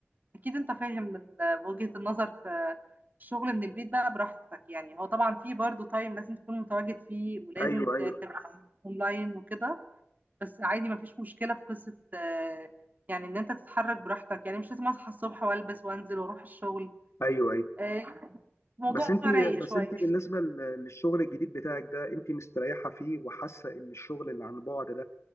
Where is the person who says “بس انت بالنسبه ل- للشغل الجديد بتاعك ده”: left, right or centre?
Left